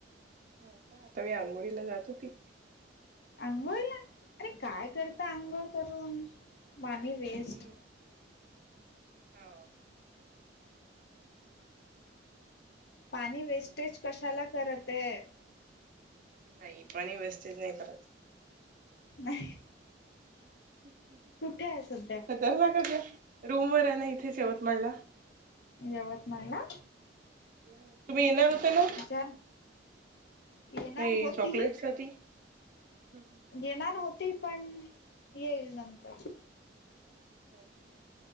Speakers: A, on the right (about 45°); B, on the left (about 60°).
A: हो का आता मी आंघोळीला जात होती.
B: आंघोळला अरे काय
A: हम्म
B: करता आंघोळ करून पाणी वेस्ट
A: हम्म हो.
B: पाणी वेस्टेज कशाला करत ये.
A: नाही पाणी वेस्टेज नाही करत‌.
B: नाही.
A: <inaudible>
B: कुठे ये सध्या
A: तर ना रूम वर ये ना इथे यवतमाळला
B: यवतमाळला
A: हम्म तुम्ही
B: अच्छा
A: येणार होता ना
B: अच्छा येणार
A: ते
B: होती
A: चॉकलेट साठी हम्म
B: येणार होती पण येईल नंतर
A: का?